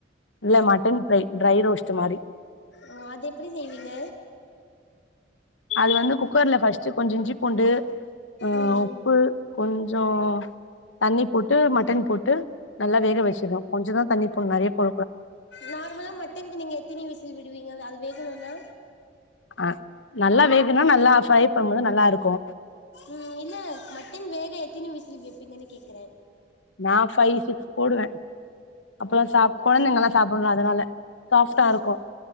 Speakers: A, on the left; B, on the left.
A: இல்ல மட்டன் ஃப்ரை டிரை ரோஸ்ட்டு மாரி
B: ஒ அது எப்டி செய்வீங்க
A: அது வந்து குக்கர்ல ஃபர்ஸ்ட்டு கொஞ்சோ இஞ்சி பூண்டு அ
B: ம்
A: உப்பு
B: ம்
A: கொஞ்சோ தண்ணி போட்டு மட்டன் போட்டு நல்லா வேக வச்சிட்னு கொஞ்சோ தா தண்ணி போட்ணு நெறைய போ
B: நார்மலா மட்டனுக்கு நீங்க எத்தினி விசில் விடுவீங்க அது வேகணுன்னா
A: அ நல்லா வேகுனு நல்லா ஃப்ரை பண்ணுபோது நல்லாருக்கோ
B: ம் இல்ல மட்டன் வேக எத்தினி விசில் வெப்பீங்கன்னு கேக்குற
A: நா ஃபைவ் சிக்ஸ் போடுவ அப்பத்தா
B: ஓகே
A: சாப்
B: ஓகே
A: கொழந்தைங்கல்லா சாப்படனு அதனால சாஃப்ட்டா
B: ஆ
A: இருக்கு